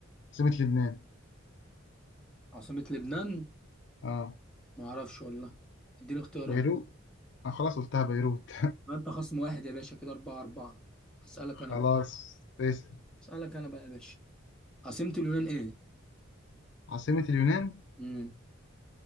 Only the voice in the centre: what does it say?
عاصمه لبنان
ما اعرفش والله اديني اختيارات
ما انت خصم واحد يا باشا كده اربعة اربعة اسالك
انا بقى
اسالك انا بقى يا باشا عاصمه اليونان ايه
مم.